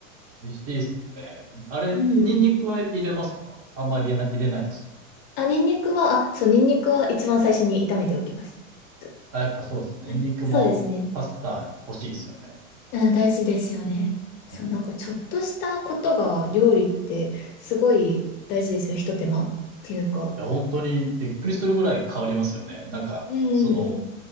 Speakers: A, on the right (about 35°); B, on the left (about 45°).
A: 美味しいですよね。あれ、
B: うん。
A: ニンニクは入れますかあんまり入れない、入れないですか
B: あ、ニンニクは、あ、そう、ニンニクは一番最初に炒めておきます。と
A: あ、やっぱそうですよね。
B: はい、
A: ニンニクもパスタ欲しいですよね。
B: そうですね。うん、大事ですよね。そう、
A: うん。い
B: なんかちょっとしたことが料理ってすごい大事ですよ。ひと手間っていうか。
A: や、本当にびっくりするぐらい変わりますよね。なんか、
B: うんうんうん。
A: その、